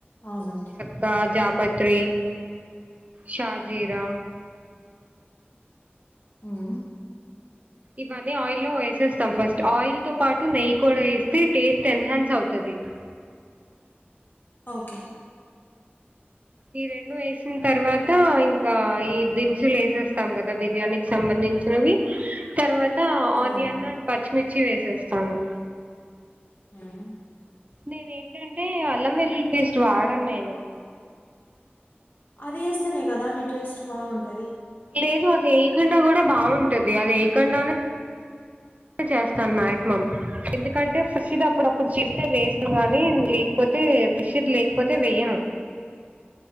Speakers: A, on the left; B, on the right.
A: అవునండి
B: కా జాపత్రి షాజీరా
A: ఉమ్
B: ఇవన్నీ ఆయిల్లో వేసేస్తాం ఫస్ట్ ఆయిల్ తో పాటు నెయ్యి కూడా వేస్తే టేస్ట్ ఎన్హాన్స్ అవుతది
A: ఓకే
B: ఈ రెండు వేసిన తర్వాత ఇంకా ఈ దినుసులు వేసేస్తాం కదా బిర్యానీకి సంబంధించినవి తర్వాత ఆనియన్
A: అవునండి
B: అండ్ పచ్చిమిర్చి వేసేస్తాను
A: ఉమ్
B: నేను ఏంటంటే అల్లం వెల్లులి పేస్ట్ వాడను నేను
A: అది వేస్తనే కదా అండి టేస్ట్ బాగుంటది
B: లేదు అది వేయకుండా కూడా బాగుంటది అది వేయకుండానే చేస్తాను మాక్సిమం ఎందుకంటే ఫ్రెష్ ది అప్పుడప్పుడు చేస్తే టేస్ట్ గానీ లే లేకపోతే ఫ్రెష్ గా లేకపోతే వెయ్యను